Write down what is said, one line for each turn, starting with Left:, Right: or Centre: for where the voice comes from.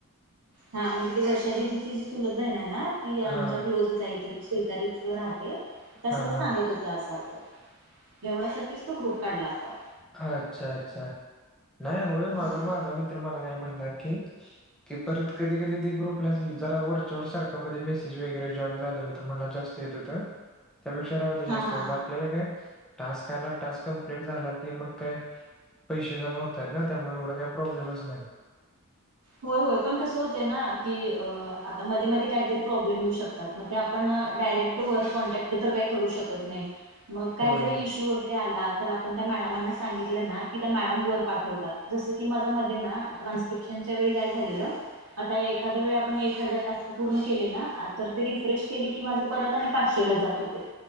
Right: हा म्हणजे ते वर्षा दिदीची जी चुलत बहिण आहे ना, ती आमच्या
Centre: हां.
Right: क्लोजच आहे, इथे शेजारीच राहते. त्या
Centre: हां,
Right: सगळं
Centre: हां.
Right: सांगत होत्या असं असं एवढ्यासाठीच तो ग्रुप काढला असावा.
Centre: अच्छा अच्छा नाही होय माझा
Right: हा हा
Centre: माझा मित्र मला काय म्हणला की कि परत कधी कधी त ग्रुपला जरा वरच्यावर सारखा मध्ये मेसेज वगैरे जॉईन झाले तर म्ह जास्त जेतु तर <unintelligible> त्यापेक्षा राहूदे जास्त
Right: हा हा हा
Centre: आपल्याला काय टास्क आला टास्क कमप्लीट झाला की मग काय पैसे जमा होत आहेत ना त्यामुळे काही प्रॉब्लेमच नाही.
Right: होय होय पण कसं होतय ना की आता मध्ये मध्ये काहीतरी प्रॉब्लेम येऊ शकत‌ मग ते आपण डायरेक्ट वर कॉन्टॅक्ट तर काही करू शकत नाही, मग काय
Centre: होय
Right: जरी इशु होता ते आला, तर आपण त्या मॅडमांना सांगितलं ना, की त्या मॅडम वर पाठवतात, जस की माझ्या मध्ये ना ट्रान्स्क्रिप्शनच्या वेळी काय झालेल आता एखाद्या वेळी आपण एक हजार टास्क पूर्ण केले ना, तर ते रिफ्रेश केले की माझ परत आणि पाचशेला जात होते.